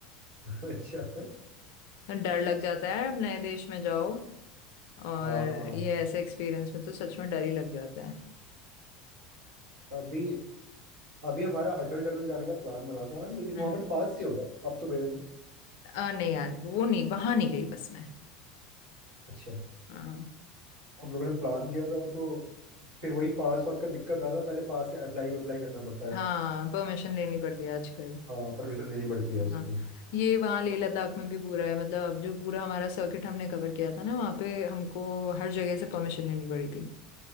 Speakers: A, on the right; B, on the left.
A: <laughs> अच्छा
B: तो डर लग जाता है अब नए देश में जाओ और
A: हाँ हाँ हाँ
B: ये ऐसे एक्सपीरियंस में तो सच में डर ही लग जाता है
A: अभी अभी हमारा अटल टनल जाने का प्लान बना था लेकिन वहां
B: हम्म
A: पर पास से होगा अब तो गए होंगे
B: अ, नहीं यार वो नहीं वहां नहीं गई बस मैं
A: अच्छा
B: हाँ
A: हम लोगों ने प्लान किया था तो फिर वही पास वास का दिक्कत आ रहा था पहले पास का अप्लाई अप्लाई करना पड़ता
B: हाँ
A: है
B: परमिशन लेनी पड़ती है आजकल
A: हाँ परमिशन लेनी पड़ती है
B: हाँ
A: उसकी
B: ये वहाँ लेह लद्दाख में भी पूरा है मतलब अब जो पूरा हमारा सर्किट हमने कवर किया था ना वहाँ पे हमको हर जगह से परमिशन लेनी पड़ी थी